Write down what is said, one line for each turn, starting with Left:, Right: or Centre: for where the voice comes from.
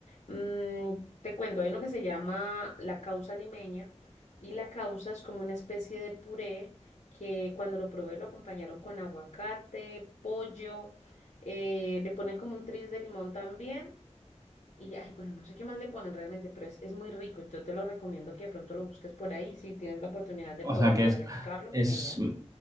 Left: Mm, te cuento, hay uno que se llama la causa limeña y la causa es como una especie de puré que cuando lo probé lo acompañaron con aguacate, pollo, eh, le ponen como un tris de limón también y ay, bueno, no sé qué más le ponen realmente, pero es, es muy rico. Yo te lo recomiendo que de pronto lo busques por ahí si tienes la oportunidad de
Right: O
Left: probarlo,
Right: sea que es,
Left: de replicarlo,
Right: es
Left: genial.